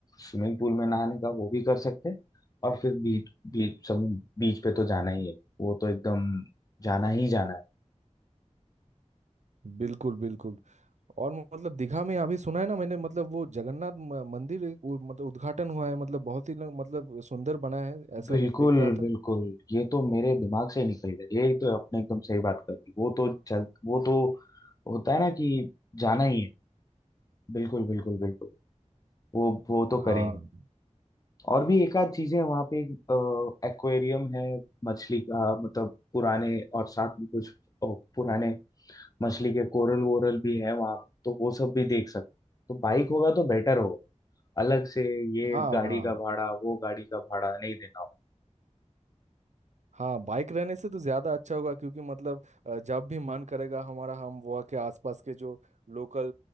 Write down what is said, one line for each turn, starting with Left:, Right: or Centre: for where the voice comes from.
Left: स्विमिंग पूल में नहाने का वो भी कर सकते हैं और फिर बीच बीच समुद्र बीच पे तो जाना ही है वो तो एकदम जाना ही जाना है
Right: बिल्कुल बिल्कुल और मतलब दिखा में अभी सुना है ना मैंने मतलब वो जगन्नाथ म- मंदिर एक वो मतलब उद्घाटन हुआ है मतलब बहुत ही ना- मतलब सुंदर बना है ऐसा
Left: बिल्कुल
Right: मैं देख रहा
Left: बिल्कुल
Right: था
Left: ये तो मेरे दिमाग से ही निकल गया ये तो आपने एकदम सही बात कर दी वो तो चल वो तो होता है ना कि जाना ही है बिल्कुल बिल्कुल बिल्कुल वो वो तो
Right: हाँ
Left: करेंगे और भी एक आध चीजें हैं वहाँ पे एक्वेरियम है मछली का मतलब पुराने और साथ में कुछ अ, पुराने मछली के कोरल वोरल भी है वहां पे तो वो सब भी देख सकते तो बाइक होगा तो बेटर होगा अलग से ये
Right: हाँ
Left: गाड़ी
Right: हाँ
Left: का भाड़ा वो गाड़ी का भाड़ा नहीं देना होगा
Right: हाँ बाइक रहने से तो ज़्यादा अच्छा होगा क्योंकि मतलब अ, जब भी मन करेगा हमारा हम वहाँ के आसपास के जो लोकल